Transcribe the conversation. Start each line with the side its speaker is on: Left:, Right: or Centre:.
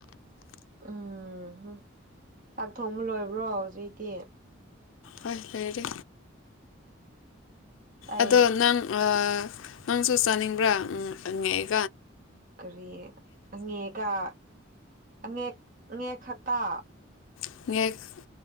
Right: ꯎꯝ ꯍꯨꯝ ꯆꯥꯛ ꯊꯣꯡꯕ ꯂꯣꯏꯔꯕ꯭ꯔꯣ ꯍꯨꯖꯤꯛꯗꯤ
Left: ꯍꯣꯏꯐꯦꯔꯦ
Right: ꯑꯩ
Left: ꯑꯗꯣ ꯅꯪ ꯑꯥ ꯅꯪꯁꯨ ꯆꯥꯅꯤꯡꯕ꯭ꯔꯥ ꯎꯡ ꯑꯉꯦꯛ
Right: ꯀꯔꯤ ꯑꯉꯦꯛꯀ ꯑꯉꯦꯛ ꯉꯦꯛ ꯈꯛꯇ
Left: ꯉꯦꯛ ꯫